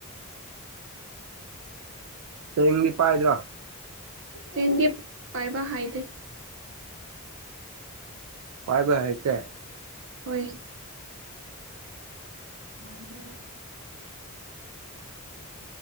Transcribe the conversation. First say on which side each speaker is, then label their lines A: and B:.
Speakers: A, on the right; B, on the right.
A: ꯇꯦꯡꯗꯤ ꯄꯥꯏꯗ꯭ꯔꯥ
B: ꯇꯦꯟꯒꯤ ꯄꯥꯏꯕ ꯍꯥꯏꯗꯦ
A: ꯄꯥꯏꯕ ꯍꯥꯏꯇ
B: ꯍꯣꯏ ꯑꯔꯝꯕ